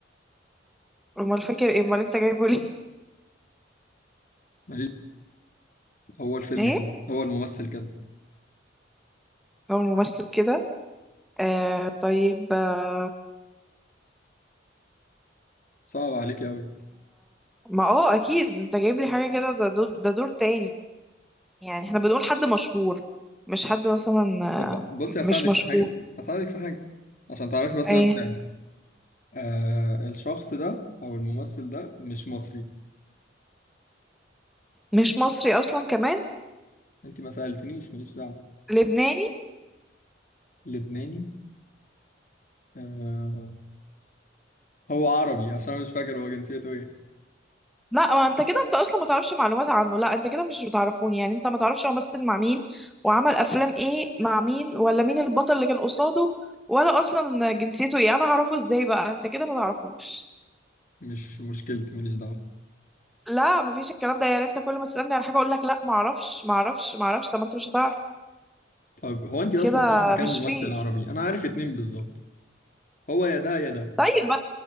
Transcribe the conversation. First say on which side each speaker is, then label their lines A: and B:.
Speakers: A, in the centre; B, on the left.
A: امال فاكر ايه امال انت جايبه ليه
B: ماليش هو الفيلم
A: <laughs> ايه
B: كده هو الممثل كده
A: هو ممثل كده آه طيب آه
B: صعب عليك قوي
A: ما اه اكيد انت جايب لي حاجه كده ده دور ده دور تاني يعني احنا بنقول حد مشهور مش حد مثلا آه،
B: طب بصي
A: مش
B: هساعدك
A: مشهور
B: في حاجة هساعدك في حاجة عشان تعرفي بس
A: ايه
B: إن أنا بساعده آه الشخص ده أو الممثل ده مش مصري
A: مش مصري اصلا كمان
B: أنت ما سألتنيش ماليش دعوة
A: لبناني
B: لبناني آه هو عربي عشان أنا مش فاكر هو جنسيته إيه
A: لا ما انت كده انت اصلا ما تعرفش معلومات عنه لا انت كده مش بتعرفوني يعني انت ما تعرفش هو مثل مع مين وعمل افلام ايه مع مين ولا مين البطل اللي كان قصاده ولا اصلا جنسيته ايه انا هعرفه ازاي بقى انت كده ما تعرفوش
B: مش مشكلتي ماليش دعوة
A: لا ما فيش الكلام ده يعني انت كل ما تسالني على حاجه اقول لك لا ما اعرفش ما اعرفش ما اعرفش طب ما انت مش هتعرف
B: طب هو أنت أصلا
A: كده
B: عارفة كام
A: مش
B: ممثل
A: فير
B: عربي أنا عارف اتنين بالظبط هو يا ده يا ده
A: طيب ما